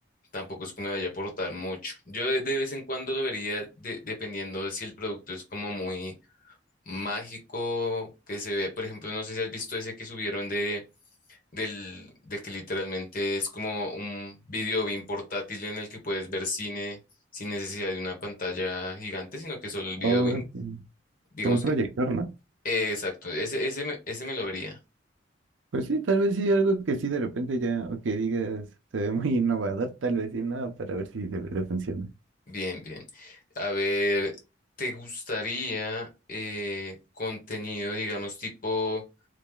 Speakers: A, on the left; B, on the right.
A: Tampoco es que me vaya a aportar mucho. Yo de, de vez en cuando lo vería de- dependiendo de si el producto es como muy mágico, que se ve, por ejemplo, no sé si has visto ese que subieron de, del, de que literalmente es como un video bien portátil en el que puedes ver cine sin necesidad de una pantalla gigante, sino que solo el
B: o
A: video
B: con
A: bien,
B: un
A: digamos,
B: un proyector, ¿no?
A: eh, exacto, ese, ese, me- ese me lo vería.
B: Pues sí, tal vez sí, algo que sí de repente ya, o que digas, se ve muy <laughs> innovador, tal vez sí, no, para ver si de verdad funciona.
A: Bien, bien. A ver, ¿te gustaría eh, contenido, digamos, tipo...